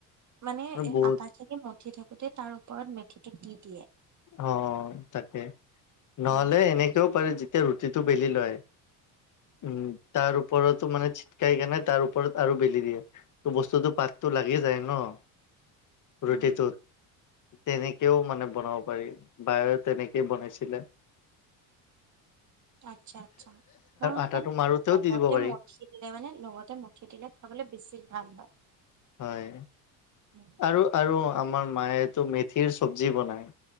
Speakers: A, on the right; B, on the left.
A: মানে, এ
B: বহুত
A: আটা খিনি মঠি থাকোতে তাৰ ওপৰত মেথিটো দি দিয়ে।
B: অ', অ' তাকে নহ'লে,
A: উম
B: এনেকেও পাৰে যেতিয়া ৰুটিটো বেলি লয়। উম, তাৰ ওপৰতো মানে চিটকাই কেনে, তাৰ ওপৰত আৰু বেলি দিয়ে। ত' বস্তুটো পাততো লাগি যায় ন'। ৰুটিটোত,
A: উম
B: তেনেকৈও মানে বনাব পাৰি, বায়েও তেনেকেই বনাইছিলে।
A: আচ্ছা, আচ্ছা, নহয়
B: আটাটো
A: মানে
B: মাৰোতেও
A: লগতে
B: দি দিব পাৰি
A: মথি দিলে মানে, লগতে মথি দিলে খাবলৈ বেছি ভাল হয়।
B: হয়।
A: উম।
B: আৰু, আৰু আমাৰ মায়ে টো মেথিৰ চব্জি বনাই।